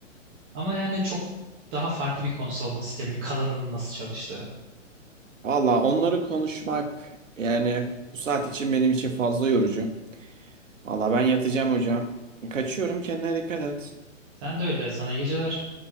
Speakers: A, on the right; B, on the right.
A: Ama yani çok daha farklı bir konu savunma sisteminin kalanının nasıl çalıştığı.
B: Valla onları konuşmak yani bu saat için benim için fazla yorucu. Valla ben yatacağım hocam. Kaçıyorum kendine dikkat et.
A: Sen de öyle. Sana iyi geceler.